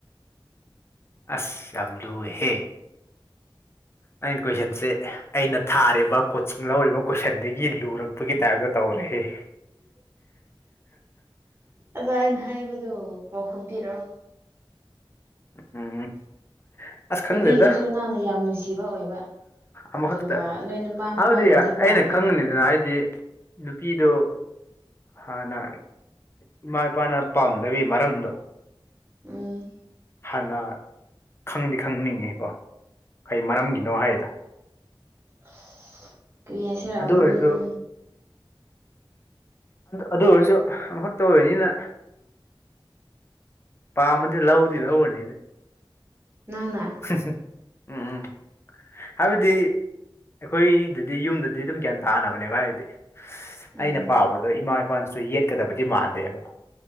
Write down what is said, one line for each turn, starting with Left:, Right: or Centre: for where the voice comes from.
Left: ꯑꯁ ꯑ ꯂꯣꯍꯦ ꯑꯩꯅ ꯀꯣꯏꯁꯟꯁꯦ ꯑꯩꯅ ꯊꯥꯔꯤꯕ ꯀꯣꯆꯤꯡ ꯂꯧꯔꯤꯕ ꯀꯣꯏꯁꯟꯗꯒꯤ ꯂꯨꯔꯛꯄꯒꯤ ꯇꯥꯏꯞꯇ ꯇꯧꯔꯦꯏꯦ
Right: ꯑꯗ ꯑꯩꯅ ꯍꯥꯏꯕꯗꯨ ꯄꯥꯎꯈꯨꯝ ꯄꯤꯔꯛꯣ
Left: ꯎꯝ ꯑꯁ ꯈꯪꯗꯦꯗ
Right: ꯅꯨꯄꯤꯗꯨꯁꯨ ꯅꯪꯅ ꯌꯥꯝ ꯅꯨꯡꯁꯤꯕ ꯑꯣꯏꯕ
Left: ꯑꯃꯈꯛꯇ
Right: ꯑꯗꯨꯒ ꯅꯣꯏ ꯅꯨꯄꯥ ꯅꯨꯄꯥꯅꯗꯤ
Left: ꯑꯗꯨꯗꯤ
Right: ꯄꯥꯝꯗꯕ
Left: ꯑꯩꯅ ꯈꯪꯉꯅꯤꯗꯅ ꯍꯥꯏꯗꯤ ꯅꯨꯄꯤꯗꯨꯣ ꯍꯥꯟꯅ ꯏꯃꯥ ꯏꯄꯥꯅ ꯄꯥꯝꯗꯕꯤ ꯃꯔꯝꯗꯣ
Right: ꯎꯝ
Left: ꯍꯥꯟꯅ ꯈꯪꯗꯤ ꯈꯪꯅꯤꯡꯉꯤꯀꯣ ꯀꯩ ꯃꯔꯝꯒꯤꯅꯣ ꯍꯥꯏꯗ
Right: <inaudible> ꯍꯥꯏꯁꯤꯔꯥ
Left: ꯑꯗꯨ
Right: ꯎꯝ
Left: ꯑꯣꯏꯔꯁꯨ ꯑꯗꯨ ꯑꯣꯏꯔꯁꯨ ꯑꯃꯈꯛꯇ ꯑꯣꯏꯅꯤꯅ ꯄꯥ ꯃꯦ ꯂꯧꯗꯤ ꯂꯧꯅꯤꯅꯦ
Right: ꯅꯪꯅ
Left: ꯎꯝ ꯎꯝ ꯍꯥꯏꯕꯗꯤ ꯑꯩꯈꯣꯏꯗꯗꯤ ꯌꯨꯝꯗꯗꯤ ꯑꯗꯨꯝ ꯒ꯭ꯌꯥꯟ ꯇꯥꯅꯕꯅꯦꯕ ꯍꯥꯏꯗꯤ
Right: ꯎꯝ
Left: ꯑꯩꯅ ꯄꯥꯕꯗꯣ ꯏꯃꯥ ꯏꯄꯥꯅꯁꯨ ꯌꯦꯠꯀꯗꯕꯗꯤ ꯃꯥꯟꯗꯦꯕ